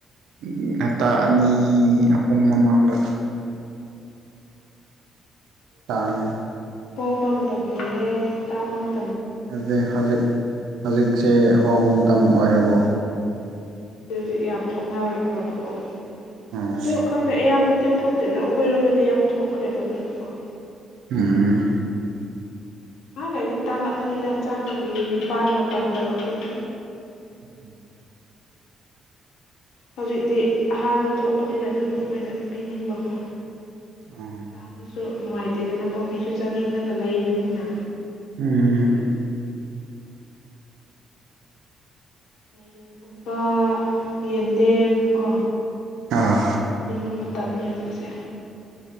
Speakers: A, on the right; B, on the left.
A: ꯎꯝ ꯍꯞꯇꯥ ꯑꯅꯤ ꯑꯍꯨꯝ ꯃꯃꯥꯡꯗ ꯇꯥꯅꯦ
B: ꯄꯣꯡꯕ ꯃꯇꯝ ꯂꯩꯌꯦ ꯇꯥꯡꯕ ꯃꯠ
A: ꯑꯗꯨꯗꯤ ꯍꯧꯖꯤꯛ ꯍꯧꯖꯤꯛꯁꯦ ꯍꯣꯡꯕ ꯃꯇꯝ ꯑꯣꯏꯔꯕꯣ
B: ꯎꯝ ꯍꯧꯖꯤꯛ ꯍꯧꯖꯤꯛ ꯌꯥꯝ ꯊꯣꯛꯅꯔꯦ ꯈꯣꯠꯄꯀꯣ
A: ꯑꯣ
B: ꯑꯗꯨ ꯈꯪꯗꯦ ꯑꯌꯥꯝꯕ ꯇꯨꯏ ꯊꯣꯛꯇꯦꯗꯣ ꯑꯩꯈꯣꯏꯔꯣꯝꯗꯗꯤ ꯌꯥꯝ ꯊꯣꯛꯈ꯭ꯔꯦꯕ ꯑꯗꯨꯒꯤ ꯀꯣ
A: ꯎꯝ
B: ꯈꯔ ꯂꯩꯔꯗꯤ ꯇꯥꯡꯂꯛꯀꯅꯤꯗ ꯆꯥꯝꯃꯒꯤ ꯅꯤꯄꯥꯜ ꯃꯥꯄꯜ ꯇꯧꯔꯛꯀꯅꯤ
A: ꯎꯝ
B: ꯍꯧꯖꯤꯛꯇꯤ ꯑꯍꯥꯟꯕ ꯊꯣꯛꯄꯅꯤꯅ ꯑꯗꯨꯝ ꯑꯩꯈꯣꯏꯅ ꯄꯤꯅꯤꯡꯕꯀꯣ
A: ꯑꯣ
B: ꯇꯥꯡꯉꯁꯨ ꯅꯨꯡꯉꯥꯏꯇꯦꯗꯅꯀꯣ ꯃꯤꯁꯨ ꯆꯥꯅꯤꯡꯉꯒ ꯂꯩꯕꯅꯤꯅ
A: ꯎꯝ
B: ꯃꯥꯏꯔꯦꯟꯒꯨꯝꯕ ꯌꯦꯟꯗꯦꯝ ꯀꯣ
A: ꯑꯥ
B: ꯑꯗꯨ <unintelligible> ꯇꯝꯅꯦ ꯍꯧꯖꯤꯛꯁꯦ